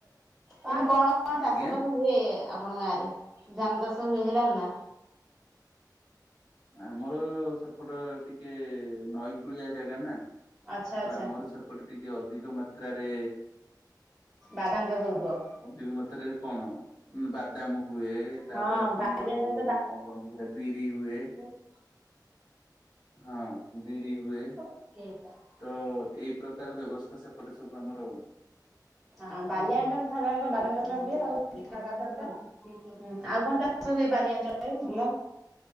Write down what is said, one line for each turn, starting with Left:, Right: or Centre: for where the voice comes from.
Centre: କଣ କଣ ଚାଷବାସ
Left: ଆଜ୍ଞା
Centre: ହୁଏ ଆପଣଙ୍କ ଗାଁରେ? ଧାନ ଚାଷ ହୁଏ ହେଲାନି ନା?
Left: ଆମର ସେପଟ ଟିକେ ନଈକୂଳିଆ ଜାଗା ନା।
Centre: ଆଚ୍ଛା
Left: ତ
Centre: ଆଚ୍ଛା
Left: ଆମର ସେପଟେ ଟିକେ ଅଧିକ ମାତ୍ରାରେ
Centre: ବାଦାମ ଚାଷ ହଉଥିବ।
Left: <unintelligible> କଣ? ବାଦାମ ହୁଏ। ତାପରେ
Centre: ହଁ
Left: ଆପଣଙ୍କର
Centre: ବାଲି ଅଞ୍ଚଳ
Left: କଣ କୁହନ୍ତି ସେଟା ବିରି ହୁଏ।
Centre: ହୁଁ
Left: ହଁ ବିରି ହୁଏ।
Centre: <unintelligible>
Left: ତ ଏଇ ପ୍ରକାର ବ୍ୟବସ୍ଥା ସେପଟେ ସବୁ ଆମର।
Centre: ହଁ ବାଲିଆ ଅଞ୍ଚଳ ତ ସାଧାରଣତଃ ବାଦାମ ଚାଷ ଟା ହୁଏ ଆଉ। ଆଉ କଣ ଚାଷ ହୁଏ ବାଲିଆ ଅଞ୍ଚଳରେ ଭଲ?